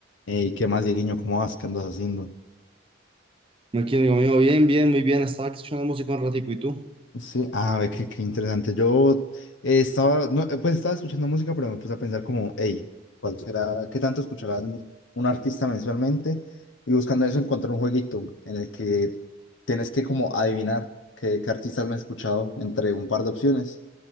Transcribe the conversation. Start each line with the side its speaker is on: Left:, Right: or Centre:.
Left: Ey, ¿qué más, Dieguiño? ¿Cómo vas? ¿Qué andas haciendo?
Right: No, Aquí, amigo mío, bien, bien, muy bien. Estaba aquí escuchando música un ratico, ¿y tú?
Left: Sí, ah, ve qué, qué interesante. Yo eh, estaba, no, eh, pues estaba escuchando música, pero me puse a pensar como, hey, ¿cuál será, qué tanto escuchará un un artista mensualmente? Y buscando eso encontré un jueguito en el que tienes que como adivinar qué, qué artistas me he escuchado entre un par de opciones.